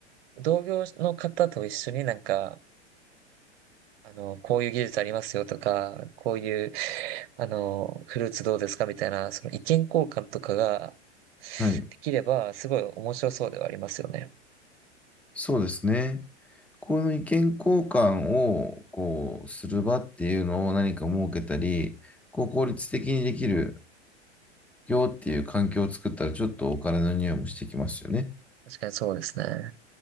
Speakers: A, on the right; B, in the centre.
A: 同業の方と一緒になんか、あの、こういう技術ありますよとか、こういう、あの、フルーツどうですかみたいな、その意見交換とかが
B: はい。
A: できれば、すごい面白そうではありますよね。
B: そうですね。この意見交換を、こう、する場っていうのを何か設けたり、こう、効率的にできるよっていう環境を作ったら、ちょっとお金の匂いもしてきますよね。
A: 確かにそうですね。